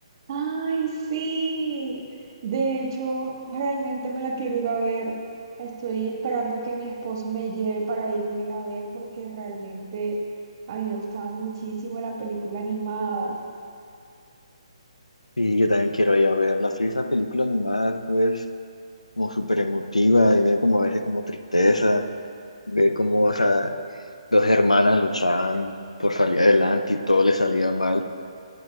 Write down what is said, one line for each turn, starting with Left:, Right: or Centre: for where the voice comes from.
Right: Ay, sí. De hecho, realmente me la quiero ir a ver. Estoy esperando que mi esposo me lleve para írmela a ver porque realmente a mí me gustaba muchísimo la película animada.
Left: Y yo también quiero ir a verla. Sí, esa película animada es como súper emotiva y veo como a veces como tristeza, ve como, o sea, dos hermanas luchaban por salir adelante y todo le salía mal.